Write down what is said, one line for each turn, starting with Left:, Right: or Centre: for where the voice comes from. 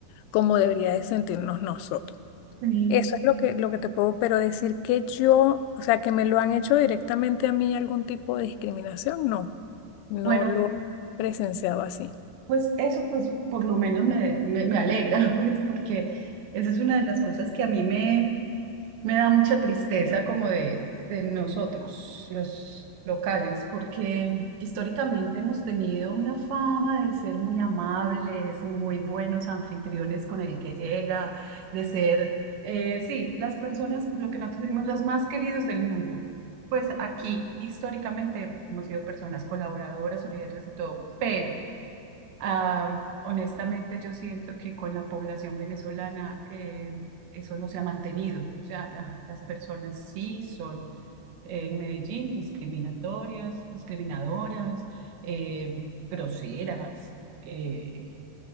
Left: como debería de sentirnos nosotros.
Right: Sí.
Left: Eso es lo que, lo que te puedo, pero decir que yo, o sea, que me lo han hecho directamente a mí algún tipo de discriminación, no, no
Right: Bueno,
Left: lo he presenciado así.
Right: pues eso pues por lo menos me, me, me alegra, <laughs> pues porque esa es una de las cosas que a mí me, me da mucha tristeza como de, de nosotros, los locales, porque históricamente hemos tenido una fama de ser muy amables, muy buenos anfitriones con el que llega, de ser, eh, sí, las personas, lo que nosotros decimos, los más queridos del mundo. Pues aquí históricamente hemos sido personas colaboradoras, solidarias y todo, pero... Ah, honestamente, yo siento que con la población venezolana eh, eso no se ha mantenido. O sea, la- las personas sí son eh, en Medellín discriminatorias, discriminadoras, eh, groseras. eh,